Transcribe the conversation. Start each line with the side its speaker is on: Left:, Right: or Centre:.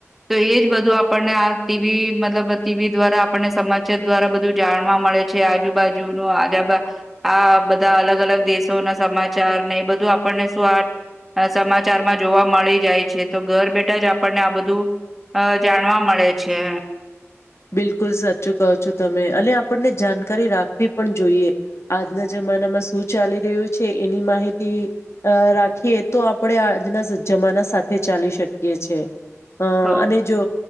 Centre: તો એજ બધું આપણને આ ટીવી મતલબ ટીવી દ્વારા આપને સમાચાર દ્વારા બધું જાણવા મળે છે, આજુબાજુનું આજા આ બધા અલગ અલગ દેશો ના સમાચાર ને એ બધું આપણને શું આ સમાચારમાં જોવા મળી જાય છે, તો ઘર બેઠા જ આપણને આ બધું જાણવા મળે છે.
Left: બિલકુલ સાચું કો છો તમે અને આપણને જાણકારી રાખવી પણ જોઈએ, આજના જમાનામાં શું ચાલી રહ્યું છે એની માહિતી રાખીએ તો આપણે આજના જમાના સાથે ચાલી શકીએ છે. અ
Centre: છો.
Left: અને જો